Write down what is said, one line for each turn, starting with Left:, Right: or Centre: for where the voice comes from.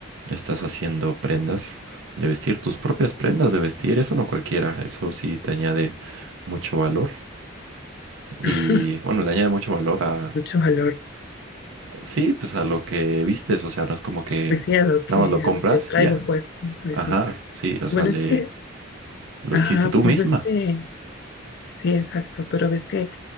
Right: Estás haciendo prendas de vestir, tus propias prendas de vestir, eso no cualquiera, eso sí te añade mucho valor y
Left: <laughs>
Right: bueno, le añade mucho valor a,
Left: Mucho valor,
Right: sí, pues a lo que vistes, o sea, no es como que
Left: pues sí, a lo que,
Right: nada más lo compras
Left: a lo que traigo
Right: y ya,
Left: pues, pues
Right: ajá,
Left: sí.
Right: sí, o
Left: Bueno,
Right: sea, le,
Left: es que,
Right: lo
Left: ajá,
Right: hiciste tú
Left: pues
Right: misma,
Left: es que, sí, exacto, pero ves que,